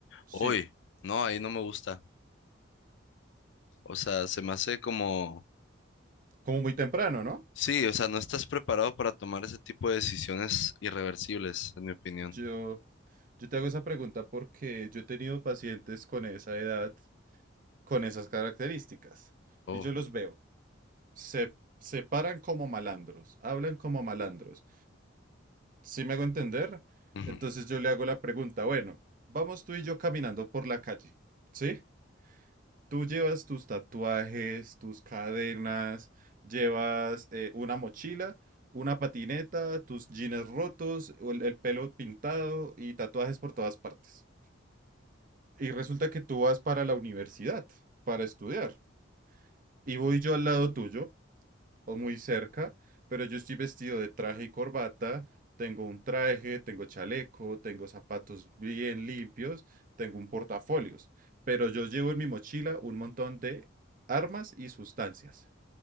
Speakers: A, on the left; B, on the right.
A: Hoy.
B: Sí,
A: No, ahí no me gusta. O sea, se me hace como...
B: como muy temprano, ¿no?
A: Sí, o sea, no estás preparado para tomar ese tipo de decisiones irreversibles, en mi opinión.
B: Yo, yo te hago esa pregunta porque yo he tenido pacientes con esa edad con esas características.
A: Oh.
B: Y yo los veo. Se, se paran como malandros, hablan como malandros. ¿Sí me hago entender?
A: ujú.
B: Entonces yo le hago la pregunta, bueno, vamos tú y yo caminando por la calle, ¿sí? Tú llevas tus tatuajes, tus cadenas, llevas eh, una mochila, una patineta, tus jeans rotos, o el el pelo pintado y tatuajes por todas partes. Y resulta que tú vas para la universidad, para estudiar. Y voy yo al lado tuyo o muy cerca, pero yo estoy vestido de traje y corbata, tengo un traje, tengo chaleco, tengo zapatos bien limpios, tengo un portafolios, pero yo llevo en mi mochila un montón de armas y sustancias.